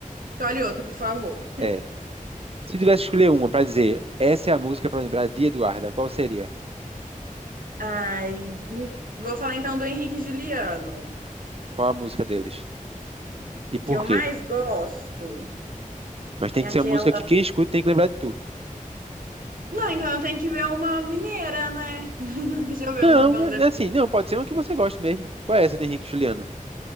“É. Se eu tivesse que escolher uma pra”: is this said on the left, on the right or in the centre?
Right